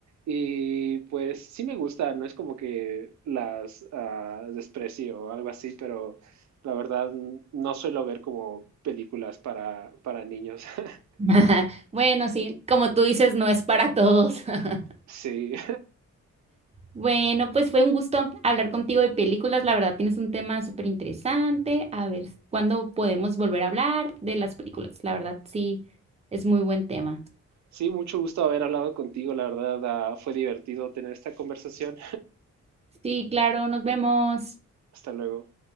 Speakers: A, on the right (about 70°); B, on the right (about 20°).
A: Y pues sí me gusta, no es como que las ah, desprecie o algo así, pero la verdad no suelo ver como películas para, para niños. <laughs>
B: <laughs> Bueno, sí, como tú dices, no es para todos. <laughs>
A: Sí,
B: Bueno, pues fue un gusto hablar contigo de películas. La verdad, tienes un tema súper interesante. A ver, ¿cuándo podemos volver a hablar de las películas? La verdad, sí, es muy buen tema.
A: sí, mucho gusto haber hablado contigo, la verdad ah, fue divertido tener esta conversación.
B: Sí, claro, nos vemos.
A: Hasta luego.